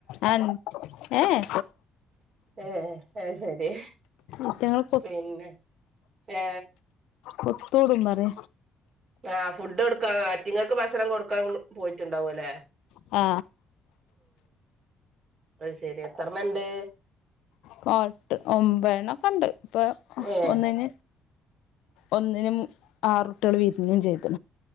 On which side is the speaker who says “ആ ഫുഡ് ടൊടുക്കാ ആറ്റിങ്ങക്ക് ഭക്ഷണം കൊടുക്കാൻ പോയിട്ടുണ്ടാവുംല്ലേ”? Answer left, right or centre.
Right